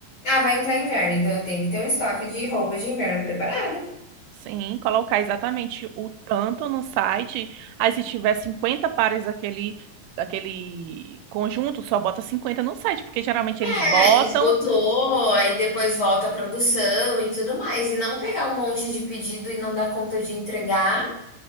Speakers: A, on the left; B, on the right.
A: ah, vai entrar inverno, então eu tenho que ter um estoque de roupas de inverno preparado.
B: sim, colocar exatamente o tanto no site, aí se tiver 50 pares daquele daquele conjunto, só bota 50 no site, porque geralmente
A: É,
B: eles botam
A: aí esgotou, aí depois volta a produção e tudo mais. E não pegar um monte de pedido e não dar conta de entregar.